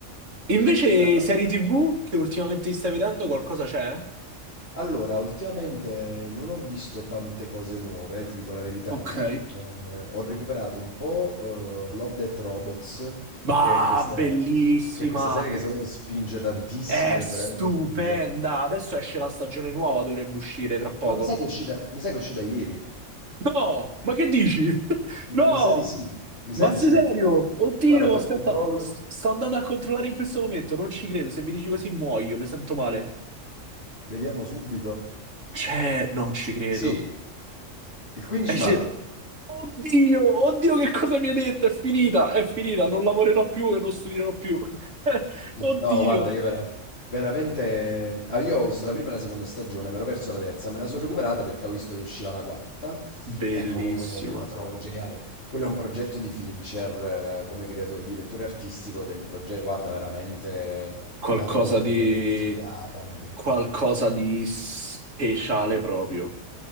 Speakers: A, on the right (about 75°); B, on the left (about 55°).
A: Invece,
B: e la- la-
A: serie TV che ultimamente ti stai vedendo, qualcosa c'è?
B: Allora, ultimamente non ho visto tante cose nuove, ti dico la verità.
A: Ok.
B: Eh, ho recuperato un po' eh, Love, Death Robots,
A: Bah,
B: che è questa,
A: bellissima!
B: che è questa serie che secondo me spinge tantissimo
A: È
B: ed è
A: stupenda!
B: veramente figa.
A: Adesso esce la stagione nuova, dovrebbe uscire tra poco.
B: Ma mi sa che è uscita, mi sa che è uscita ieri.
A: No! Ma che dici? <laughs>
B: Mi
A: No!
B: mi sa di sì, mi sa
A: Ma
B: di
A: sei
B: sì.
A: serio? Oddio,
B: Guarda, controllo,
A: aspetta, s- sto andando a controllare in questo momento, non ci credo. Se mi dici così muoio, mi sento male.
B: vediamo subito.
A: Cioè, non ci credo.
B: Sì, il 15
A: Esce...
B: maggio.
A: Oddio, oddio, che cosa mi hai detto? È finita, è finita, non lavorerò più e non studierò più. <laughs> Oddio.
B: No, guarda, io vera- veramente... ah, io ho visto la prima e la seconda stagione, mi ero perso la terza, me la sono recuperata perché ho visto che usciva la quarta
A: Bellissima.
B: e comunque io la trovo geniale. Quello è un progetto di Fincher eh, come creato- direttore artistico del progetto, guarda, veramente
A: qualcosa
B: la trovo proprio
A: di...
B: una figata, incredibile.
A: qualcosa di speciale proprio.